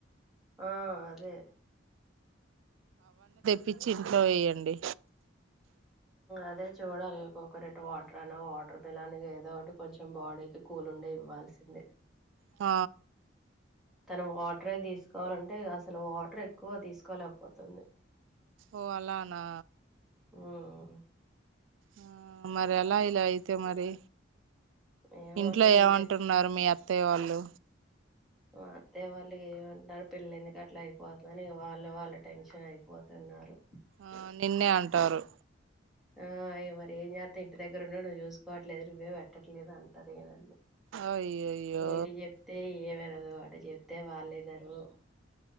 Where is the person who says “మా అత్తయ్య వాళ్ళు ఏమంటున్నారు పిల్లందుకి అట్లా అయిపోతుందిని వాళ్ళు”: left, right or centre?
Centre